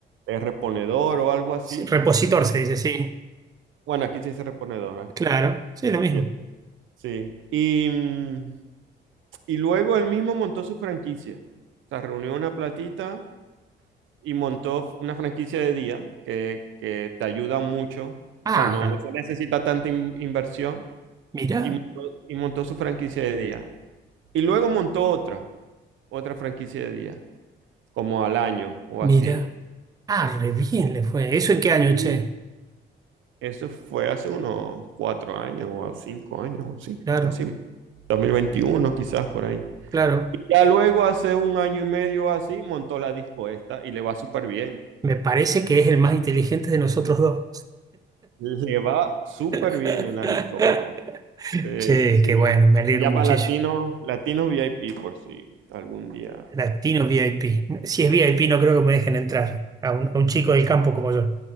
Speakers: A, on the right; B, on the right.
A: el reponedor o algo así.
B: Sí, repositor se dice, sí.
A: Bueno, aquí se dice reponedora.
B: Claro, sí, lo mismo.
A: Ya, Sí. Y, mm, y luego él mismo montó su franquicia. O sea, reunió una platita y montó una franquicia de día que, que te ayuda mucho. O
B: Ah,
A: sea, no, no se necesita tanta in- inversión.
B: mirá,
A: Y montó, y montó su franquicia de día. Y luego montó otra, otra franquicia de día, como al año o
B: mirá.
A: así.
B: Ah, re bien le fue. ¿Eso en qué año,
A: Y
B: che?
A: eso fue hace unos cuatro años o cinco años o así.
B: Claro,
A: Así, 2021 quizás por ahí.
B: claro.
A: Y ya luego, hace un año y medio así, montó la disco esta y le va súper bien.
B: Me parece que es el más inteligente de nosotros dos.
A: Le va súper
B: <laughs>
A: bien en la disco, vamos. Sí,
B: Che,
A: sí.
B: qué bueno, me alegro
A: Se llama
B: muchísimo.
A: Latino, Latino VIP por si algún día.
B: Latino VIP. Si es VIP, no creo que me dejen entrar a un, a un chico del campo como yo.